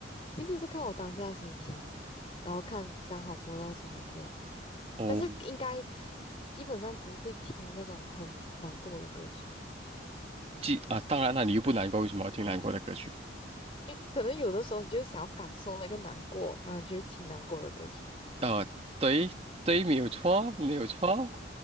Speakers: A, on the left (about 30°); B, on the right (about 35°).
A: 其实是看我当下的心情诶，然后看刚好播到什么歌，
B: 哦，
A: 但是应该基本上不会听那种很难过的歌曲。
B: 记啊，
A: 嗯，
B: 当然了，你又不难过，为什么要听难过的歌曲？
A: 因可能有的时候你就是想要感受那个难过，然后你就会听难过的歌曲。
B: 啊、对对，没有错，没有错。